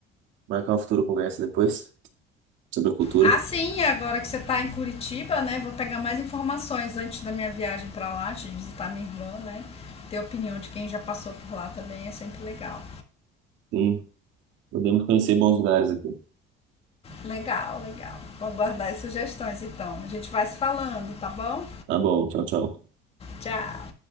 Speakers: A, on the right; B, on the left.
A: Marcar uma futura conversa depois sobre a cultura.
B: Ah, sim, agora que você está em Curitiba, né? Vou pegar mais informações antes da minha viagem para lá, de visitar minha irmã, né? Ter opinião de quem já passou por lá também é sempre legal.
A: Sim, podemos conhecer bons lugares aqui.
B: Legal, legal. Vou aguardar as sugestões então. A gente vai se falando, tá bom?
A: Tá bom, tchau, tchau.
B: Tchau!